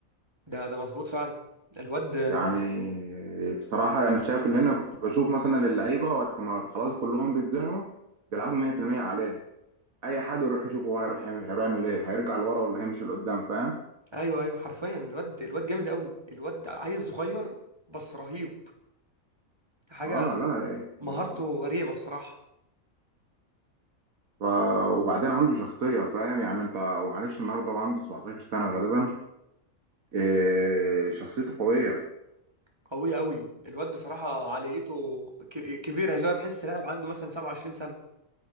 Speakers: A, on the right; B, on the right.
A: ده ده مظبوط فعلا الواد
B: يعني بصراحه يعني شايف اللي انا كنت بشوف مثلا اللعيبه وقت ما خلاص كلهم بيتزنقوا بيلعبوا 100% عليه اي حد يروح يشوفه هو هيروح يعمل هيروح يعمل ايه هيرجع لورا ولا هيمشي لقدام فاهم
A: أيوه أيوه حرفيا الواد الواد جامد قوي الواد عيل صغير بس رهيب حاجة
B: اه لا
A: مهارته
B: يعني بص
A: غريبة بصراحة
B: ف... وبعدين عنده شخصية فاهم يعني انت ومعلش النهارده هو عنده 17 سنة غالبا إيه... شخصيته قوية
A: قوية قوي الواد بصراحة عاليته ك- كبيرة اللي هو تحس لاعب عنده مثلا 27 سنة